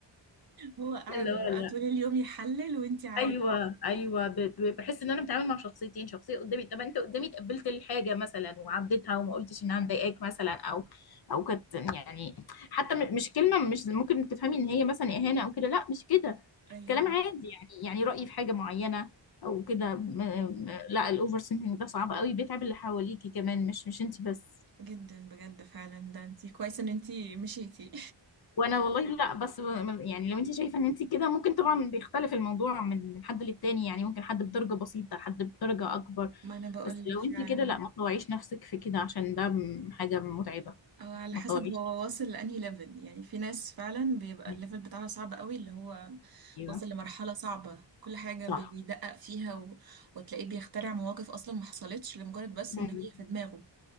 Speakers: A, on the right (about 50°); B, on the left (about 55°).
A: هو قاعد
B: <laughs> اللي هو لا
A: بقى طول اليوم يحلل وانتي عادي
B: ايوه ايوه ب- ب- بحس ان انا بتعامل مع شخصيتين شخصيه قدامي طب انت قدامي تقبلت الحاجه مثلا وعديتها وما قلتش انها مضايقاك مثلا او او كانت يعني حتى م- مش كلمه مش ممكن تفهمي ان هي مثلا اهانه او كده لا مش كده
A: ايوه
B: كلام
A: ايوه
B: عادي يعني يعني رايي في حاجه معينه او كده م- م- لا الاوفر سينكينج ده صعب قوي بيتعب اللي حواليكي كمان مش مش انت بس
A: جدا بجد فعلا ده انتي كويس ان انتي مشيتي
B: وانا والله لا بس يعني لو انت شايفه ان انت كده ممكن طبعا بيختلف الموضوع من من حد للتاني يعني ممكن حد بدرجه بسيطه حد بدرجه اكبر
A: <laughs> ما انا بقولك
B: بس لو
A: فعلا
B: انت كده لا ما تطوعيش نفسك في كده عشان ده م- حاجه متعبه
A: او على
B: ما
A: حسب
B: تطوعيش
A: هو
B: نفسك
A: واصل لانهي ليفل يعني في ناس فعلا بيبقى
B: في
A: الليفل بتاعها صعب قوي اللي هو
B: ايوه
A: واصل لمرحلة صعبة كل حاجة
B: صح
A: بيدقق فيها و... وتلاقيه بيخترع مواقف اصلا ما حصلتش لمجرد بس
B: مم.
A: ان هي في دماغه